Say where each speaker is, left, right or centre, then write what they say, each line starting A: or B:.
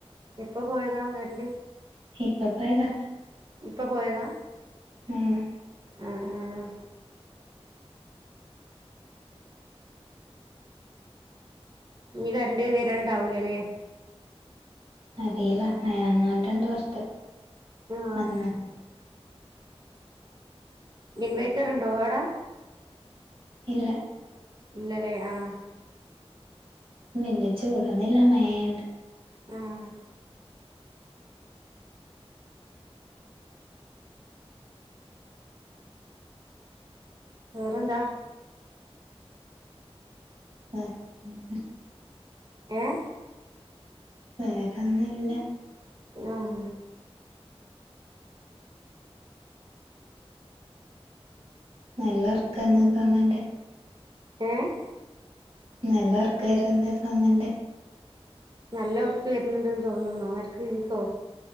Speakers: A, on the right; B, on the right.
A: ഇപ്പോ പോയതാ കരണ്ട്
B: ഇപ്പോ പോയതാ
A: ഇപ്പൊ പോയതാ
B: ഉം
A: ആഹ് ആഹ് ഇനി കറണ്ട് വരണ്ടാവൂല ല്ലേ..?
B: അറിയില്ല മയ നന്നായിട്ടൊണ്ട് പൊറത്ത്
A: ആഹ്
B: വന്നാ -
A: ഇൻവൈറ്ററുണ്ടോ ഓടെ-
B: ഇല്ല-
A: ഇല്ല ലെ ആഹ്-
B: മെല്യ ച്ചൂടോന്നില്ല മേണ്ട്
A: ആഹ്- വേറെന്താ?
B: <inaudible>
A: ഏഹ്-
B: വേറെന്നുല്ല-
A: ഉം-
B: നല്ല ഒറക്കാന്നു തോന്നണ്ട്-
A: ഏഹ് -
B: നല്ല ഒറക്ക വര്ണ്ട് തോന്ന്ണ്ട്-
A: നല്ല ഉറക്കം വരുന്നുണ്ട്ന്ന് തോന്ന്ണ് ആർക്ക് എനിക്കോ?